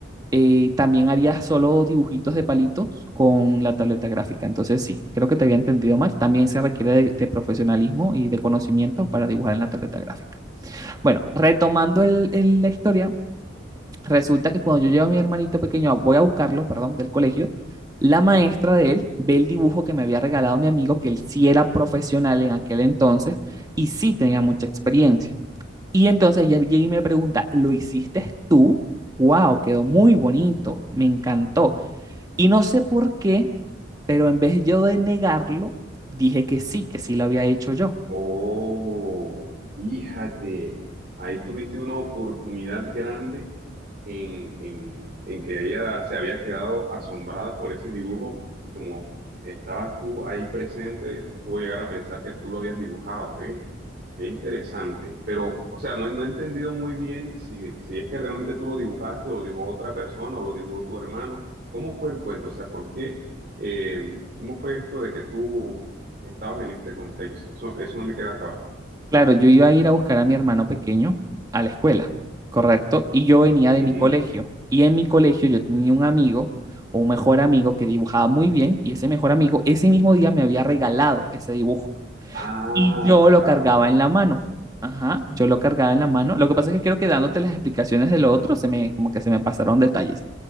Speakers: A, on the right; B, on the right.
A: eh, también harías solo dibujitos de palitos con la tableta gráfica. Entonces sí, creo que te había entendido mal. También se requiere de, de profesionalismo y de conocimiento para dibujar en la tableta gráfica. Bueno, retomando el- el- la historia, resulta que cuando yo llevo a mi hermanito pequeño, a- voy a buscarlo, perdón, del colegio, la maestra de él ve el dibujo que me había regalado mi amigo, que él sí era profesional en aquel entonces y sí tenía mucha experiencia. Y entonces ella llega y me pregunta, ¿lo hiciste tú? ¡Wow! Quedó muy bonito, me encantó. Y no sé por qué, pero en vez yo de negarlo, dije que sí, que sí lo había hecho yo.
B: Oh, fíjate, ahí tuviste una oportunidad grande en, en- en que ella se había quedado asombrada por ese dibujo y como estabas tú ahí presente, pudo llegar a pensar que tú lo habías dibujado, ¿eh? Qué interesante. Pero, o sea, no, he no he entendido muy bien si, si es que realmente tú lo dibujaste o lo dibujó otra persona o lo dibujó tu hermano. ¿Cómo fue el cuento? O sea, ¿por qué? eh, ¿cómo fue esto de que tú estabas en este contexto? Eso, eso no me queda claro.
A: Claro, yo iba a ir a buscar a mi hermano pequeño a la escuela, ¿correcto? Y yo venía de
B: Ujú.
A: mi colegio. Y en mi colegio yo tenía un amigo, o un mejor amigo, que dibujaba muy bien. Y ese mejor amigo, ese mismo día me había regalado ese dibujo.
B: Ah,
A: Y yo
B: claro,
A: lo cargaba
B: claro.
A: en la mano. Ajá, yo lo cargaba en la mano. Lo que pasa es que creo que dándote las explicaciones de lo otro, se me, como que se me pasaron detalles.